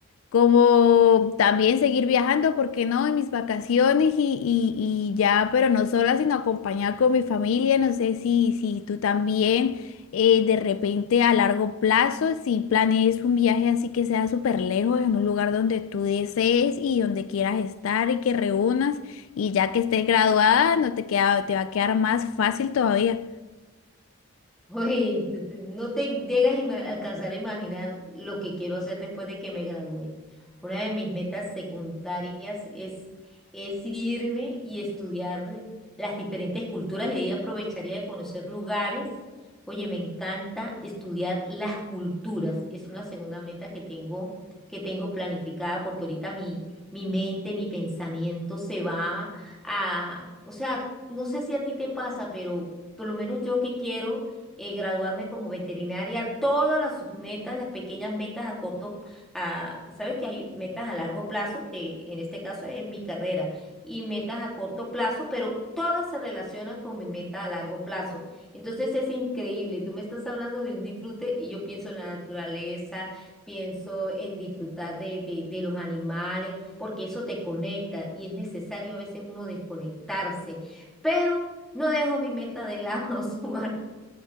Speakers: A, on the left (about 65°); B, in the centre.
A: como también seguir viajando, ¿por qué no? En mis vacaciones y, y- y ya, pero no sola, sino acompañada con mi familia. No sé si, si tú también eh, de repente a largo plazo, si planees un viaje así que sea súper lejos, en un lugar donde tú desees y donde quieras estar y que reúnas y ya que estés graduada, no te queda, te va a quedar más fácil todavía.
B: Uy, tú- tú no te llegas a ima- alcanzar a imaginar lo que quiero hacer después de que me gradué. Una de mis metas secundarias es, es irme y estudiar las diferentes culturas y ahí aprovecharía de conocer lugares. Oye, me encanta estudiar las culturas. Es una segunda meta que tengo, que tengo planificada porque ahorita mi, mi mente, mi pensamiento se va a, o sea, no sé si a ti te pasa, pero por lo menos yo que quiero eh, graduarme como veterinaria, todas las submetas, las pequeñas metas a corto, a, sabes que hay metas a largo plazo, que en este caso es mi carrera, y metas a corto plazo, pero todas se relacionan con mi meta a largo plazo. Entonces es increíble, tú me estás hablando de un disfrute y yo pienso en la naturaleza, pienso en disfrutar de, de, de los animales, porque eso te conecta y es necesario a veces uno desconectarse, pero no dejo mi meta de lado, <laughs> Suar.